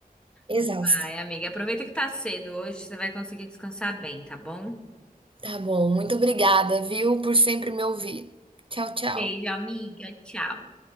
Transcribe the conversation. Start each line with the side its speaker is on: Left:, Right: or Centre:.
Right: exausta.
Centre: Vai, amiga, aproveita que tá cedo hoje, você vai conseguir descansar bem, tá bom?
Right: Tá bom, muito obrigada, viu, por sempre me ouvir. Tchau, tchau.
Centre: Beijo, amiga. Tchau.